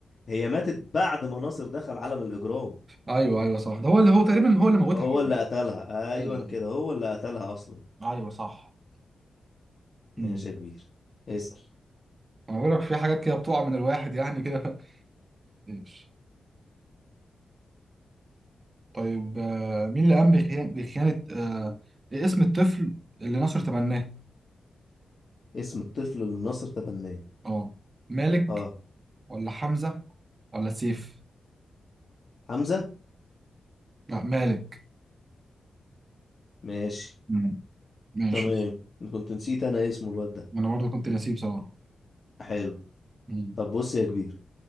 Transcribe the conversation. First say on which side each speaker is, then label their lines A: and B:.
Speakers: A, on the left; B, on the right.
A: هي ماتت بعد ما ناصر دخل عالم الإجرام
B: ايوه ايوه صح ده هو اللي هو تقريبا هو اللي موتها
A: هو
B: كمان
A: اللي قتلها أيوة
B: ايوه
A: كده هو اللي قتلها أصلا
B: ايوه صح
A: ماشي
B: امم
A: يا كبير اسأل
B: انا بقول لك في حاجات كده بتقع من الواحد يعني كده ماشي طيب آه، مين اللي قام بخيانة, بخيانة آه، اسم الطفل اللي ناصر تبناه
A: اسم الطفل اللي ناصر تبناه
B: اه مالك
A: اه
B: ولا حمزة ولا سيف
A: حمزة
B: لا مالك
A: ماشي
B: مم. ماشي
A: تمام كنت نسيت أنا اسمه الواد ده
B: انا برضو كنت نسيب بصراحة
A: حلو
B: مم.
A: طب بص يا كبير